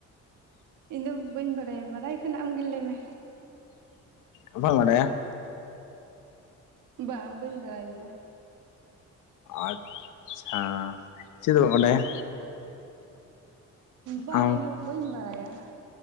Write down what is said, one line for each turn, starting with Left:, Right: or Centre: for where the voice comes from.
Right: ᱤᱧ ᱫᱚ ᱵᱟᱹᱧ ᱵᱟᱲᱟᱭᱟ ᱵᱟᱲᱟᱭ ᱠᱷᱟᱱ ᱟᱢᱜᱮ ᱞᱟᱹᱭᱢᱮ
Left: ᱵᱟᱢ ᱵᱟᱰᱟᱭᱟ
Right: ᱵᱟᱝ ᱵᱟᱹᱧ ᱵᱟᱲᱟᱭ ᱜᱮᱭᱟ
Left: ᱟᱪᱪᱷᱟ ᱪᱮᱫ ᱫᱚ ᱵᱟᱢ ᱵᱟᱰᱟᱭᱟ
Right: ᱵᱟᱝ
Left: ᱟᱢ
Right: ᱟᱹᱧᱫᱚ ᱵᱟᱹᱧ ᱵᱟᱲᱟᱭᱟ